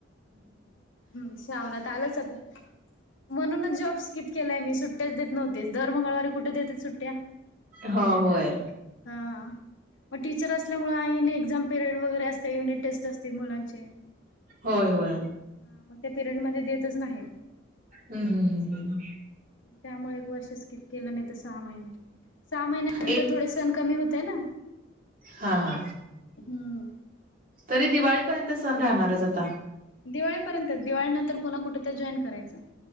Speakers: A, on the left; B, on the right.
A: ह शावणात आलंच आता म्हणूनच जॉब्स स्किप केलंय मी सुट्ट्याच देत नव्हत तेच दर मंगळवारी कुठे देतात सुट्ट्या
B: हो होय
A: हा मग टीचर असल्यामुळे आ एक्झाम पिरियड वगैरे असते युनिट टेस्ट असते मुलांचे
B: होय होय
A: हा मग त्या पिरियड मध्ये देतच नाही
B: हम्म हम् हम्म हम्
A: त्यामुळे एक वर्षच क केलं नाही तर सहा महिने सहा महिन्यानंतर
B: एक
A: थोडे सण कमी होते ना
B: हा हा
A: हम्म.
B: तरी दिवाळीपर्यंत सण राहणारच आता
A: दिवाळीपर्यंतच दिवाळीनंतर पुन्हा कुठ तर जॉईन करायचं